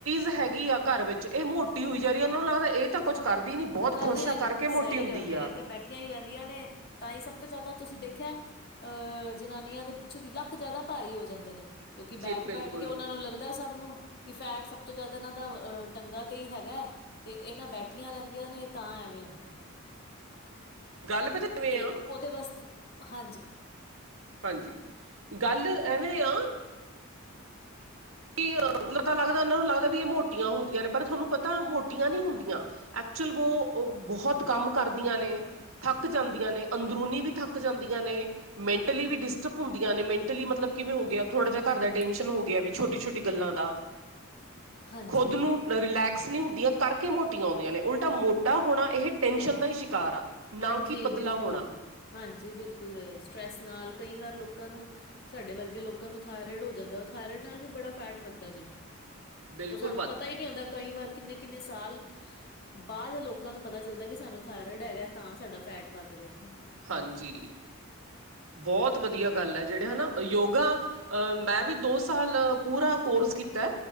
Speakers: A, on the right; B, on the left.
A: ਲੇਡੀਜ ਹੈਗੀ ਆ ਘਰ ਵਿੱਚ ਇਹ ਮੋਟੀ ਹੋਈ ਜਾ ਰਹੀ, ਓਨਾਂ ਨੂੰ ਲੱਗਦਾ ਐ ਤਾਂ ਕੁੱਛ ਕਰਦੀ ਨੀ ਬਹੁਤ
B: ਕਰਦੀਆਂ
A: ਖੁਸ਼ ਆ
B: ਹੀ ਨੀ
A: ਕਰਕੇ ਮੋਟੀ
B: ਸਹੀ
A: ਹੁੰਦੀ
B: ਗੱਲ ਇਹ
A: ਆ
B: ਤੇ ਬੈਠੀਆਂ ਹੀ ਰਹਿੰਦੀਆਂ ਨੇ ਤਾਂ ਹੀ ਸਭ ਤੋਂ ਜ਼ਿਆਦਾ ਤੁਸੀਂ ਦੇਖਿਆ ਅ ਜਨਾਨੀਆਂ ਦੇ ਪਿੱਛੋਂ ਦੀ ਲੱਕ ਜਾਦਾ ਭਾਰੀ ਹੋ ਜਾਂਦੇ ਨੇ। ਕਿਉਂਕਿ
A: ਜੀ
B: ਬੈਠ-ਬੈਠ
A: ਬਿਲਕੁਲ
B: ਕੇ ਓਨਾਂ ਨੂੰ ਲੱਗਦਾ ਸਭ ਨੂੰ ਕਿ ਫੈਟ ਸਭ ਤੋਂ ਜਿਆਦਾ ਇਨਾਂ ਦਾ ਅ ਟੰਗਾ ਤੇ ਹੀ ਹੈਗਾ ਤੇ ਏ ਨਾਂ ਬੈਠੀਆਂ ਰੈਨ। ਦਿਆਂ ਨੇ ਤਾਂ ਐਵੇਂ ਹੁੰਦਾ ਐ।
A: ਗੱਲ ਪਤਾ ਕਿਵੇਂ
B: ਤੇ
A: ਆ
B: ਉਹਦੇ ਵਾਸਤੇ ਹਾਂਜੀ
A: ਹਾਂਜੀ, ਗੱਲ ਐਵੇਂ ਆ ਕਿਹ ਪਤਾ ਲੱਗਦਾ ਉਹਨਾਂ ਨੂੰ ਲੱਗਦਾ ਵੀ ਇਹ ਮੋਟੀਆਂ ਹੁੰਦੀਆਂ ਨੇ ਪਰ ਤੁਹਾਨੂੰ ਪਤਾ ਮੋਟੀਆਂ ਨਹੀਂ ਹੁੰਦੀਆਂ ਐਕਚੁਅਲ ਵੋ ਬਹੁਤ ਕੰਮ ਕਰਦੀਆਂ ਨੇ ਥੱਕ ਜਾਂਦੀਆਂ ਨੇ ਅੰਦਰੂਨੀ ਵੀ ਥੱਕ ਜਾਂਦੀਆਂ ਨੇ ਮੈਂਟਲੀ ਵੀ ਡਿਸਟਰਬ ਹੁੰਦੀਆਂ ਨੇ ਮੈਂਟਲੀ ਮਤਲਬ ਕਿਵੇਂ ਹੋ ਗਿਆ
B: ਹੂੰ-ਹੂੰ।
A: ਥੋੜਾ ਜਹਾ ਘਰ ਦਾ ਟੈਂਨਸ਼ਨ ਹੋ ਗਿਆ ਵੀ ਛੋਟੀ ਛੋਟੀ ਗੱਲਾਂ ਦਾ
B: ਹਾਂਜੀ
A: ਖੁਦ ਨੂੰ ਰਿਲੈਕਸ ਨਹੀਂ ਹੁੰਦੀਆਂ ਕਰਕੇ ਮੋਟੀਆਂ ਹੁੰਦੀਆਂ ਨੇ ਉਲਟਾ ਮੋਟਾ ਹੋਣਾ ਇਹ ਟੈਨਸ਼ਨ ਦਾ ਹੀ ਸ਼ਿਕਾਰ ਆ ਨਾ
B: ਹਾਂਜੀ
A: ਕਿ ਪਤਲਾ
B: ਬਿਲਕੁਲ
A: ਹੋਣਾ
B: ਹਾਂਜੀ ਬਿਲਕੁਲ ਸਟਰ੍ਰੈਸ ਨਾਲ ਕਈ ਵਾਰ ਲੋਕਾਂ ਨੂੰ ਸਾਡੇ ਵਰਗੇ ਲੋਕਾਂ ਨੂੰ ਥਾਇਰੋਇਡ ਹੋ ਜਾਂਦਾ ਥਾਇਰੋਇਡ ਨਾਲ ਵੀ ਬੜਾ ਫੈਟ ਵੱਧਦਾ ਜੇ
A: ਬਿਲਕੁਲ
B: ਉਹ ਸਾਨੂੰ
A: ਵੱਧ
B: ਪਤਾ
A: ਹੈ
B: ਹੀ ਨਹੀ ਆਉਂਦਾ ਕਈ ਵਾਰ ਕਿੰਨੇ ਕਿੰਨੇ ਸਾਲ ਬਾਅਦ ਲੋਕਾਂ ਨੂੰ ਪਤਾ ਚੱਲਦਾ ਕੀ ਸਾਨੂੰ ਥਾਇਰੋਇਡ ਹੈਗਾ ਤਾਂ ਸਾਡਾ ਫੈਟ ਵੱਧ ਰਿਹਾ
A: ਹਾਂਜੀ
B: ਹੂੰ।
A: ਬਹੁਤ ਵਧੀਆ ਗੱਲ ਹੈ ਜਿਹੜੇ ਹਨਾ ਯੋਗਾ ਅ ਮੈਂ ਵੀ ਦੋ ਸਾਲ ਪੂਰਾ ਕੋਰਸ ਕੀਤਾ